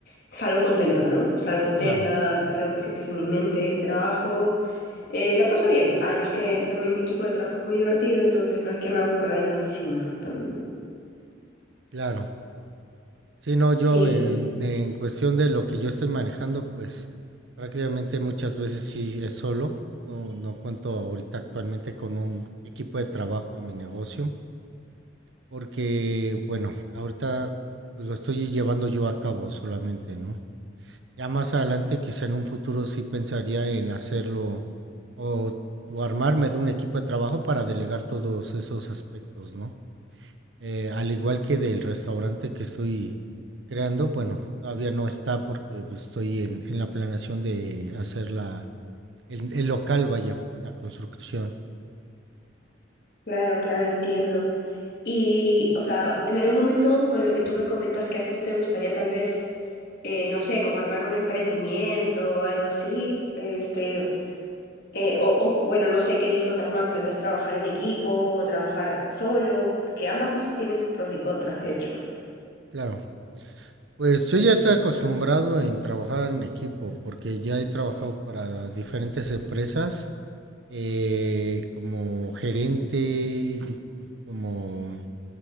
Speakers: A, on the left (about 55°); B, on the right (about 65°).
A: salgo contenta, ¿no? Salgo contenta,
B: Claro,
A: es algo que siempre es en mi mente, el trabajo. Eh, la paso bien, además que también mi equipo de trabajo es muy divertido, entonces no es que me aburra en la oficina también.
B: claro. Sí, no, yo
A: Sí,
B: en, en cuestión de lo que yo estoy manejando, pues prácticamente muchas veces sí es solo. No, no cuento ahorita actualmente con un equipo de trabajo en mi negocio. porque, bueno, ahorita pues lo estoy llevando yo a cabo solamente, ¿no? Ya más adelante, quizá en un futuro sí pensaría en hacerlo o, o armarme de un equipo de trabajo para delegar todos esos aspectos, ¿no? Eh, al igual que del restaurante que estoy creando, bueno, todavía no está porque pues, estoy en, en la planeación de hacer la, el, el local, vaya, la construcción.
A: claro, claro, entiendo. Y, o sea, en algún momento con lo que tú me comentas que haces, ¿te gustaría tal vez, eh, no sé, como armar un emprendimiento o algo así? Este, eh, o, o, bueno, no sé qué disfrutas más, tal vez trabajar en equipo o trabajar solo, porque ambas cosas tienen sus pros y contras, de hecho.
B: Claro. Pues yo ya estoy acostumbrado en trabajar en equipo, porque ya he trabajado para diferentes empresas, eh, como gerente, como